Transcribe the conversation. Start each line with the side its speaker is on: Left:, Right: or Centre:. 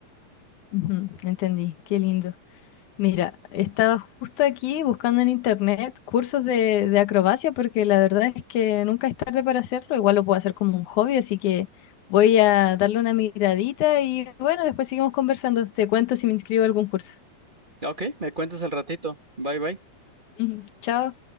Left: Ujú, Entendí, qué lindo. Mira, estaba justo aquí buscando en internet cursos de, de acrobacia porque la verdad es que nunca es tarde para hacerlo, igual lo puedo hacer como un hobby, así que voy a darle una miradita y bueno, después seguimos conversando. Te cuento si me inscribo a algún curso.
Right: Ok, me cuentas al ratito. Bye bye.
Left: Ujú, Chao.